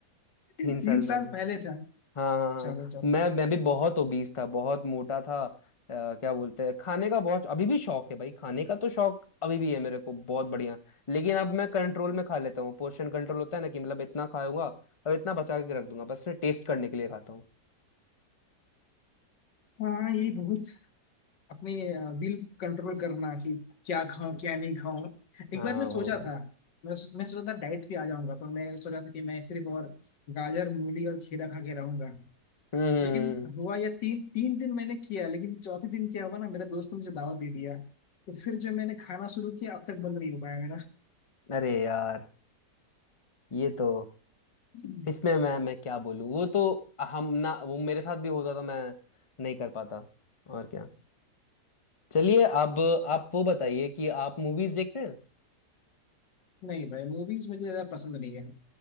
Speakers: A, on the left; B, on the left.
A: <laughs>
B: तीन
A: तीन
B: साल पहले
A: साल पहले था
B: हाँ हाँ हाँ
A: चलो चलो
B: मैं मैं भी बहुत ओबीस था बहुत मोटा था अ, क्या बोलते हैं खाने का बहुत अभी भी शौक है भाई खाने का तो शौक अभी भी है मेरे को बहुत बढ़िया लेकिन अब मैं कंट्रोल में खा लेता हूँ पोर्शन कंट्रोल होता है ना कि मतलब इतना खाऊंगा और इतना बचा के रख दूंगा बस फिर टेस्ट करने के लिए खाता हूँ
A: हाँ ये बहुत अपने विल कंट्रोल करना कि क्या खाऊं क्या नहीं खाऊं एक
B: हाँ
A: बार मैं सोचा
B: वो भी।
A: था मैं मैं सोचा था डाइट पे आ जाऊंगा पर मैं सोचा था कि मैं सिर्फ और गाजर मूली और खीरा खा के रहूंगा
B: हम्म
A: लेकिन हुआ यह तीन तीन दिन मैंने किया लेकिन चौथे दिन क्या हुआ ना मेरे दोस्त ने मुझे दावत दे दिया तो फिर जो मैंने खाना शुरू किया अब तक बंद नहीं हो पाया मेरा
B: अरे यार ये तो
A: <laughs>
B: इसमें मैं मैं क्या बोलूँ वो तो हम ना वो मेरे साथ भी होता तो मैं नहीं कर पाता और क्या चलिए अब आप वो बताइए कि आप मूवीज देखते हैं
A: नहीं भाई मूवीज मुझे ज्यादा पसंद नहीं है